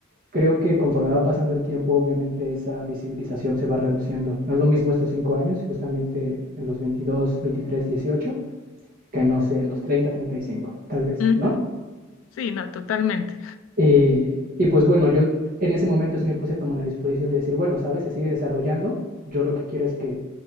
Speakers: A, on the right; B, on the left.
A: Creo que conforme va pasando el tiempo, obviamente esa visibilización se va reduciendo. No es lo mismo estos cinco años, justamente en los 22, 23, 18, que no sé, en los treinta, treinta y cinco, tal vez,
B: ujú.
A: ¿no?
B: Sí, no, totalmente.
A: Y, y pues bueno, yo en ese momento sí me puse como en la disposición de decir, bueno, ¿sabes? Se sigue desarrollando. Yo lo que quiero es que